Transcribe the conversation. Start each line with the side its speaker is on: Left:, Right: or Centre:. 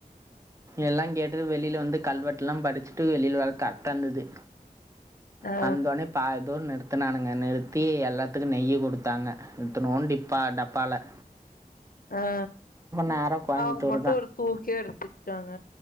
Right: எல்லா கேட்டுட்டு வெளில வந்து கல்வெட்டெல்லா படிச்சுட்டு வெளில வர கரெட்டா இருந்தது
Left: ஆ
Right: வந்தோனே பா துன் நிறுத்துனானுங்க நிறுத்தி எல்லாத்துக்கு நெய்யி குடுத்தாங்க இத்தணோன்னு டிப்பா டப்பால
Left: அ
Right: நேராக கோயம்புத்தூர்
Left: அவுங்க மட்டும் ஒரு தூக்கே எடுத்துகிட்டாங்க